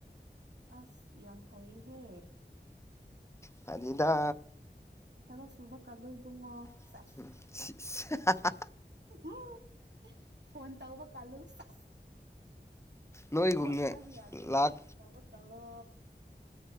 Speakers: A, on the right (about 75°); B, on the left (about 15°).
A: ꯑꯁ ꯌꯥꯝꯝ ꯐꯩꯌꯦꯍꯦ
B: ꯐꯅꯤꯗ
A: ꯊꯕꯛ ꯁꯨꯕ ꯀꯜꯂꯣ ꯏꯕꯨꯡꯉꯣ
B: <inaudible>
A: ꯁꯦꯁ
B: <unintelligible>
A: ꯎꯝ ꯐꯣꯟ ꯇꯧꯕ ꯀꯜꯂꯨ ꯁꯦꯁ
B: ꯅꯣꯏꯒꯨꯝꯅ
A: ꯊꯕꯛ ꯍꯥꯏꯕ ꯌꯥꯗ꯭ꯔꯦꯅ
B: ꯂꯥꯛ
A: ꯐꯣꯟ ꯇꯧꯕ ꯀꯜ ꯂꯣ